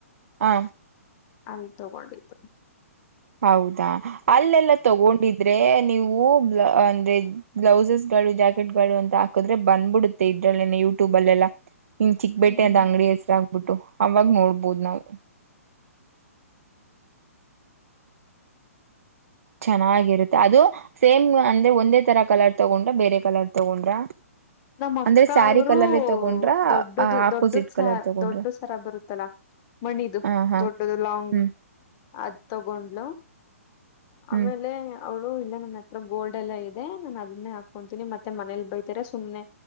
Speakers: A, on the right (about 70°); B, on the left (about 20°).
A: ಹಾ
B: ಆ ತಗೊಂಡಿತ
A: ಹೌದಾ ಅಲ್ಲೆಲ್ಲ ತಗೊಂಡಿದ್ರೆ ನೀವು ಅಂದ್ರೆ ಬ್ಲೌಸಸ್ ಗಳು ಜಾಕೆಟ್ ಗಳು ಅಂತ ಹಾಕದ್ರೆ ಬಂದ್ಬಿಡುತ್ತೆ ಇದ್ರಲ್ಲೆನೆ ಯೂಟ್ಯೂಬ್ ಅಲ್ಲೆಲ್ಲ ನಿಮ್ ಚಿಕ್ಕಬೇಟ್ಟೆ
B: ಹ್ಮ್
A: ಅದ ಅಂಗಡಿ ಹೆಸರುಾಗಗ್ಬಿಟ್ಟು ಅವಾಗ ನೋಡ್ಬೋದು ನಾವು ಚೆನ್ನಾಗಿರುತ್ತೆ ಅದು ಸೇಮ್ ಅಂದ್ರೆ ಒಂದೇ ತರ ಕಲರ್ ತಗೊಂಡ್ರ ಬೇರೆ ಕಲರ್ ತಗೊಂಡ್ರ
B: ನಮ್ಮ ಅಕ್ಕ
A: ಅಂದ್ರೆ ಸ್ಯಾರಿ
B: ಅವರುೂ
A: ಕಲರ್ ತಗೊಂಡ್ರ
B: ದೊಡ್ಡದ
A: ಆಪೋಸಿಟ್
B: ದೊಡ್ಡದ ಸರ
A: ಕಲರ್ ತಗೊಂಡ್ರ
B: ದೊಡ್ಡ ಸರ ಬರುತ್ತಲ್ಲಾ ಮಣಿದು
A: ಹ ಹಾ
B: ದೊಡ್ಡದು ಲಾಂಗ್
A: ಹ್ಮ್
B: ಅದ್ ತಗೊಂಡ್ಲುು
A: ಹ್ಮ್
B: ಆಮೇಲೆ ಅವಳು ಇಲ್ಲ ನನ್ನ ಹತ್ರ ಗೋಲ್ಡ್ ಎಲ್ಲಾ ಇದೆ ನಾನನ್ ಅದನ್ನೇ ಹಾಕೊತೀನಿ ಮತ್ತೆ ಮನೇಲಿ ಬೈತರ ಸುಮ್ನೆ